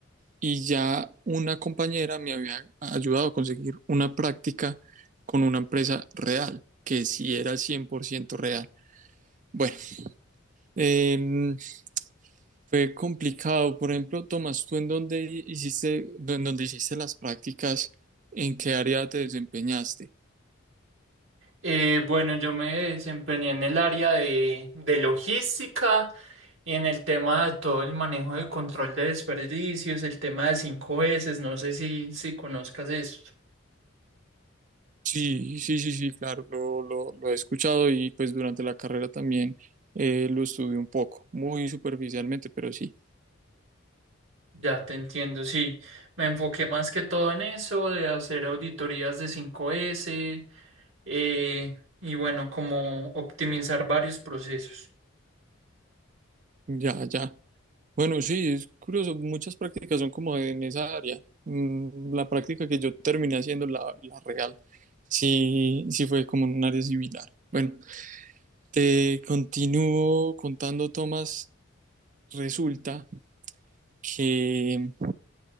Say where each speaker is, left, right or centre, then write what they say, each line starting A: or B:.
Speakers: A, on the right (about 35°); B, on the right (about 70°).
A: y ya una compañera me había ayudado a conseguir una práctica con una empresa real, que sí era 100% real. Bueno, em, fue complicado. Por ejemplo, Tomás, ¿tú en dónde hiciste, en dónde hiciste las prácticas? ¿En qué área te desempeñaste?
B: Eh, bueno, yo me desempeñé en el área de, de logística y en el tema de todo el manejo de control de desperdicios, el tema de cinco s no sé si, si conozcas eso.
A: Sí, sí, sí, sí, claro, lo, lo, lo he escuchado y pues durante la carrera también eh, lo estudié un poco, muy superficialmente, pero sí,
B: Ya te entiendo, sí. Me enfoqué más que todo en eso, de hacer auditorías de cinco s eh, y bueno, como optimizar varios procesos.
A: ya, ya. Bueno, sí, es curioso, muchas prácticas son como en esa área. Mm, La práctica que yo terminé haciendo, la, la real, sí, sí fue como en un área similar. Bueno, te continúo contando, Tomás. Resulta que